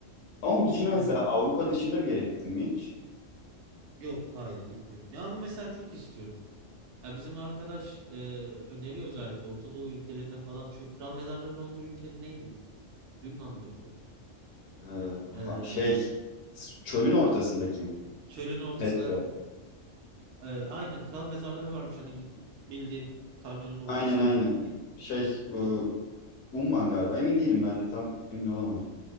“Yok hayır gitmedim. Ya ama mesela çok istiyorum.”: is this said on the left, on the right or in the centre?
Right